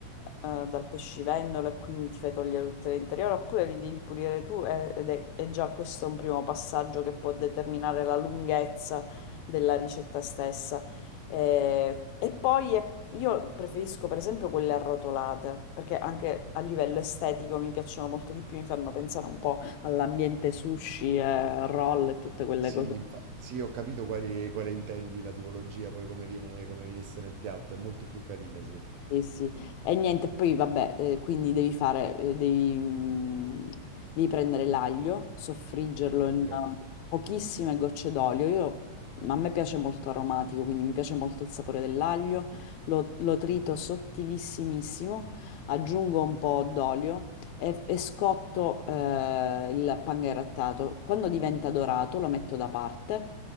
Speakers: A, on the left (about 75°); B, on the right (about 70°).
A: eh, dal pescivendolo e quindi ti fai togliere tutto l'interiore, oppure li devi pulire tu e- ed è, e già questo è un primo passaggio che può determinare la lunghezza della ricetta stessa. Eh, e poi è- io preferisco per esempio quelle arrotolate, perché anche a livello estetico mi piacciono molto di più, mi fanno pensare un po' all'ambiente sushi, e roll e tutte quelle
B: Sì,
A: cose.
B: infa- sì, ho capito quali- quale intendi la tipologia, poi come viene, come viene messa nel piatto, è molto più carina, sì.
A: Sì, sì. E niente, poi vabbè, eh, quindi devi fare, eh, devi, mm, devi prendere l'aglio, soffriggerlo
B: Ok.
A: in eh, pochissime gocce d'olio. Io, ma a me piace molto aromatico, quindi mi piace molto il sapore dell'aglio, lo, lo trito sottilissimissimo, aggiungo un po' d'olio e, e scotto, eh, il pan grattato. Quando diventa dorato lo metto da parte